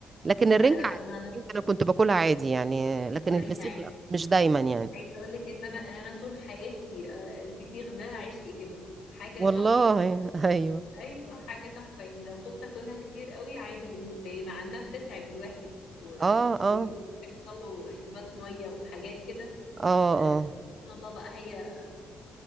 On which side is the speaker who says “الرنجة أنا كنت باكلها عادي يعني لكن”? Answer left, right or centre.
Right